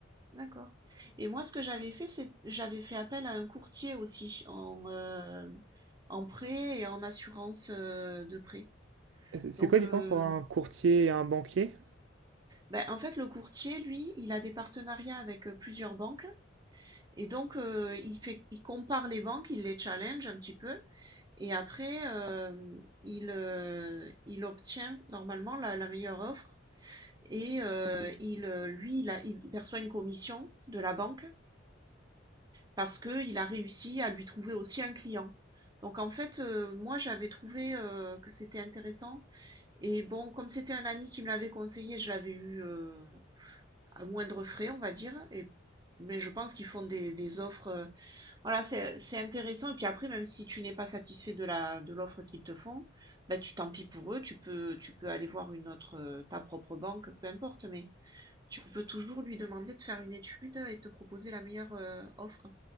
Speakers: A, on the right; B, on the right.
A: D'accord. Et moi, ce que j'avais fait, c'est j'avais fait appel à un courtier aussi en, euh, en prêt et en assurance euh, de prêt.
B: C'est c'est
A: Donc,
B: quoi la
A: heu,
B: différence entre un courtier et un banquier?
A: bah, en fait, le courtier, lui, il a des partenariats avec, heu, plusieurs banques et donc, heu, il fait il compare les banques, il les challenge un petit peu et après, hem, il, heu, il obtient normalement la la meilleure offre et heu, il, heu, lui, il a il perçoit une commission de la banque parce que il a réussi à lui trouver aussi un client. Donc en fait, heu, moi, j'avais trouvé, heu, que c'était intéressant et bon, comme c'était un ami qui me l'avait conseillé, je l'avais eu, heu à moindre frais, on va dire. Et, mais je pense qu'ils font des, des offres. euh, voilà, c'est, c'est intéressant. Et puis après, même si tu n'es pas satisfait de la, de l'offre qu'ils te font, bah, tu tant pis pour eux. Tu peux, tu peux aller voir une autre, euh, ta propre banque, peu importe. Mais tu peux toujours lui demander de faire une étude et de te proposer la meilleure, euh, offre.